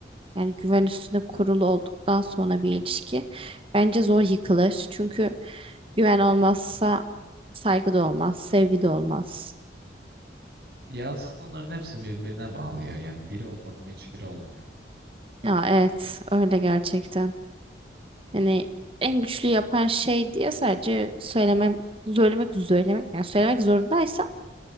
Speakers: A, on the right; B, on the right.
A: Yani güven üstüne kurulu olduktan sonra bir ilişki bence zor yıkılır. Çünkü güven olmazsa saygı da olmaz, sevgi de olmaz.
B: Ya aslında onların hepsi birbirine bağlı ya. Yani biri olmadı mı hiçbiri olmuyor.
A: Ya evet, öyle gerçekten. Yani en güçlü yapan şey diye sadece söylemem, söylemek, söylemek, yani söylemek zorundaysam